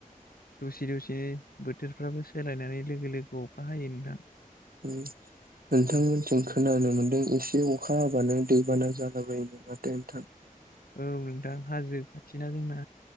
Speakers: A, on the left; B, on the right.
A: दसि दसिनो बोथोरफ्राबो सोलायनानै लोगो लोगो अखा हायो नोंथां।
B: उम नोंथांमोनथिं खोनानो मोन्दों एसे अखा हाबानो दैबाना जालाबायोमोन माथो नोंथां।
A: औ नोंथां हाजो खाथिना जोंना।